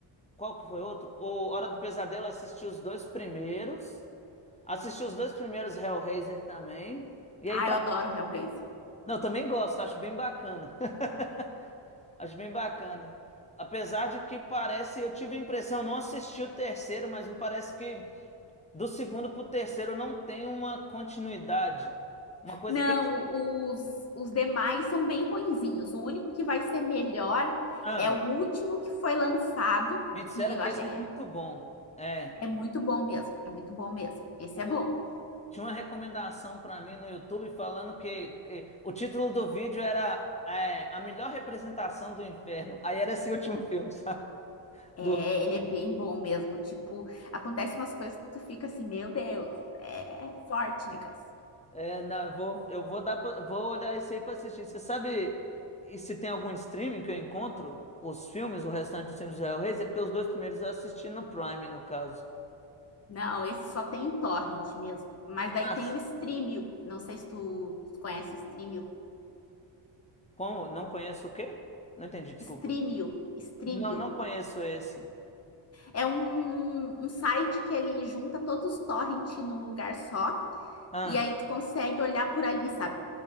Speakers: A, on the left; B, on the left.
A: Qual que foi outro? O Hora do Pesadelo, eu assisti os dois primeiros. Assisti os dois primeiros Hellraiser também. E aí
B: Ah,
A: tá.
B: eu adoro Hellraiser.
A: Não, também gosto, acho bem bacana. <laughs> Acho bem bacana. Apesar de que parece, eu tive a impressão, eu não assisti o terceiro, mas me parece que do segundo pro terceiro não tem uma continuidade. Uma coisa
B: Não,
A: que eles.
B: os, os demais são bem ruinzinhos. O único que vai ser melhor
A: Ah.
B: é o último que foi lançado,
A: Me disseram
B: que eu
A: que
B: acho
A: esse
B: é,
A: é muito bom. É.
B: é muito bom mesmo. É muito bom mesmo. Esse
A: O-
B: é bom.
A: tinha uma recomendação pra mim no YouTube falando que, que o título do vídeo era é, A Melhor Representação do Inferno. Aí era esse último filme, <laughs> sabe?
B: É,
A: Do,
B: ele é bem bom mesmo. Tipo, acontece umas coisas que tu fica assim, meu Deus, é forte o negócio.
A: é, não, eu vou, eu vou dar, pra- vou olhar esse aí pra assistir. Você sabe e se tem algum streaming que eu encontro os filmes, o restante dos filmes do Hellraiser? Porque os dois primeiros eu assisti no Prime, no caso.
B: Não, esse só tem em torrent mesmo. Mas daí
A: Mas,
B: tem o Streamio. Não sei se tu conhece Streamio.
A: como? Não conheço o quê? Não entendi, desculpa.
B: Streamio, Streamio.
A: Não, não conheço esse.
B: É um, um site que ele junta todos os torrents num lugar só.
A: Ah.
B: E aí tu consegue olhar por ali, sabe?